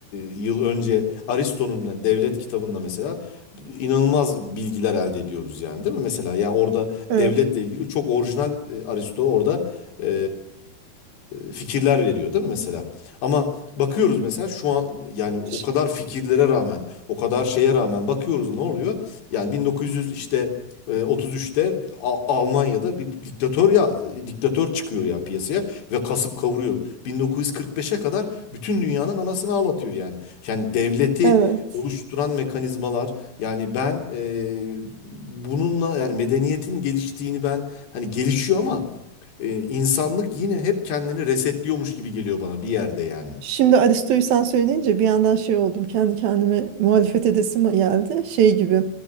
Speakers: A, on the left; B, on the right.
A: yıl önce Aristo'nun da devlet kitabında mesela inanılmaz bilgiler elde ediyoruz yani değil mi? Mesela yani orada
B: Evet.
A: devletle ilgili çok orijinal e, Aristo orada e, fikirler veriyor değil mi mesela? Ama bakıyoruz mesela şu an yani
B: Ş-
A: o kadar fikirlere rağmen, o kadar şeye rağmen bakıyoruz ne oluyor? Yani 1900 işte e, 33'te A- Almanya'da bir diktatör ya diktatör çıkıyor yani piyasaya ve kasıp kavuruyor. 1945'e kadar bütün dünyanın anasını ağlatıyor yani. Yani devleti
B: Evet.
A: oluşturan mekanizmalar, yani ben e, bununla yani medeniyetin geliştiğini ben hani gelişiyor ama e, insanlık yine hep kendini resetliyormuş gibi geliyor bana bir yerde yani.
B: Şimdi Aristo'yu sen söyleyince bir yandan şey oldum. Kendi kendime muhalefet edesim geldi. Şey gibi.